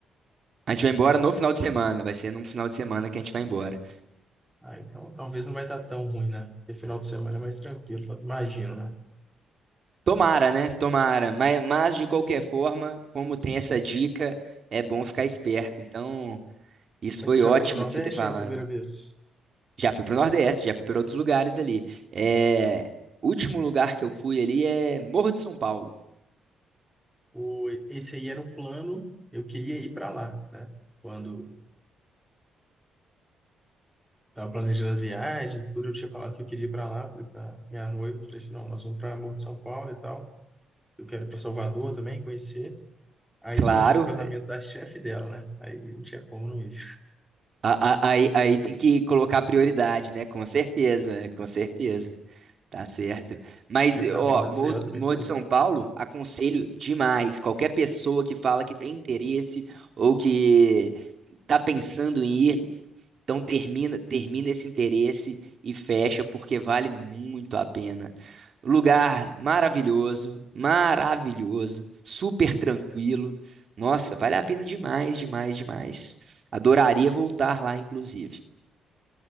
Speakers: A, on the right; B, in the centre.
A: A gente vai embora no final de semana. Vai ser num final de semana que a gente vai embora.
B: Ah, então talvez não vai estar tão ruim, né? Porque final de semana é mais tranquilo, imagino, né?
A: Tomara, né? Tomara. Mas, mas de qualquer forma, como tem essa dica, é bom ficar esperto. Então, isso
B: Mas
A: foi
B: você já
A: ótimo
B: foi para o Nordeste
A: de você ter falado.
B: ou é a primeira vez?
A: Já fui pro Nordeste, já fui para outros lugares ali. É, último lugar que eu fui ali é Morro de São Paulo.
B: O, esse aí era o plano, eu queria ir para lá, né? Quando estava planejando as viagens, tudo, eu tinha falado que eu queria ir para lá, falei para minha noiva, falei assim, não, nós vamos para Morro de São Paulo e tal. eu quero ir para Salvador também, conhecer. Aí
A: Claro,
B: surgiu o casamento da chefe dela, né? Aí não tinha como não ir.
A: a- a- aí, aí tem que colocar prioridade, né? Com certeza, né? Com certeza. Tá certo. Mas,
B: Mas tá
A: ó,
B: bom, Maceió
A: Morro, do-
B: também.
A: Morro
B: quero
A: de São Paulo, aconselho demais. Qualquer pessoa que fala que tem interesse ou que tá pensando em ir, Então termina, termina esse interesse e fecha porque vale muito a pena. Lugar maravilhoso, maravilhoso, super tranquilo. Nossa, vale a pena demais, demais, demais. Adoraria voltar lá, inclusive.